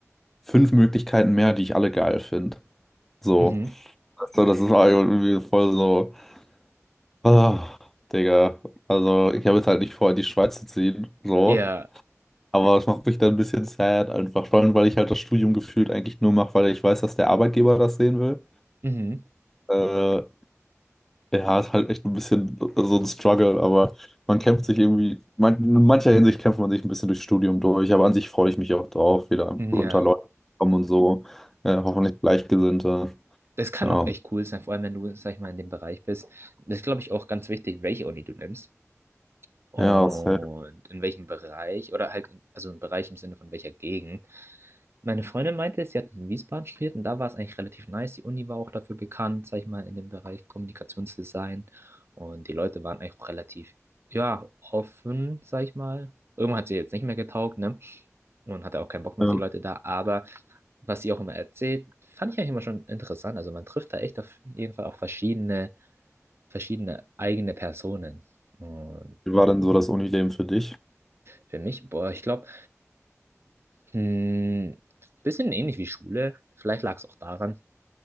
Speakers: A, in the centre; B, on the right (about 50°).
A: fünf Möglichkeiten mehr, die ich alle geil finde. So,
B: mhm.
A: so, das ist irgendwie voll so. Ah, Digga, also ich habe jetzt halt nicht vor, in die Schweiz zu ziehen, so.
B: Ja,
A: Aber es macht mich dann ein bisschen sad einfach, vor allem, weil ich halt das Studium gefühlt eigentlich nur mache, weil ich weiß, dass der Arbeitgeber das sehen will.
B: mhm,
A: Äh, ja, ist halt echt ein bisschen so ein Struggle, aber man kämpft sich irgendwie, man, in mancher Hinsicht kämpft man sich ein bisschen durchs Studium durch, aber an sich freue ich mich auch drauf, wieder einfach
B: ja.
A: unter Leute zu kommen und so. Äh, hoffentlich Gleichgesinnte.
B: Das kann
A: Ja,
B: auch echt cool sein, vor allem wenn du, sag ich mal, in dem Bereich bist. Das ist, glaube ich, auch ganz wichtig, welche Uni du nimmst. Und
A: ja, sad.
B: in welchem Bereich, oder halt, in, also im Bereich im Sinne von welcher Gegend. Meine Freundin meinte, sie hat in Wiesbaden studiert und da war es eigentlich relativ nice. Die Uni war auch dafür bekannt, sag ich mal, in dem Bereich Kommunikationsdesign. Und die Leute waren eigentlich auch relativ, ja, offen, sag ich mal. Irgendwann hat sie jetzt nicht mehr getaugt, ne? Und hatte auch keinen Bock mehr
A: Ja.
B: auf die Leute da. Aber was sie auch immer erzählt, fand ich eigentlich immer schon interessant. Also man trifft da echt auf jeden Fall auch verschiedene, verschiedene eigene Personen. Und
A: Wie war denn so das Unileben für dich?
B: für mich, boah, ich glaube, Hm, bisschen ähnlich wie Schule. Vielleicht lag es auch daran